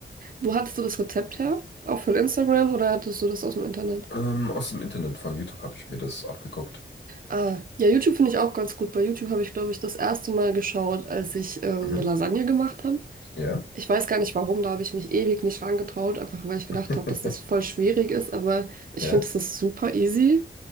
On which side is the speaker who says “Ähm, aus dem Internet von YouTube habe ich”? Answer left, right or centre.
Left